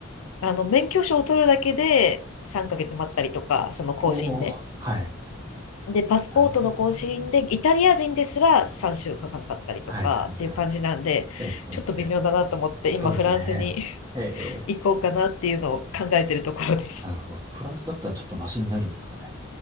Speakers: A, on the left; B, on the right.
A: あの、免許証を取るだけで3ヶ月待ったりとか、その更新で。
B: おお、はい。
A: で、パスポートの更新で、
B: なるほどね。
A: イタリア人ですら3週間かかんかったりとかっていう感じなんで、
B: はいはいはいはい。ええ、ええ、
A: ちょっと微妙だなと思って、
B: ええそうですね。
A: 今フランスに <laughs>
B: ええ、ええ
A: 行こうかなっていうのを考えてるところです。
B: なるほど。フランスだったらちょっとマシになるんですかね。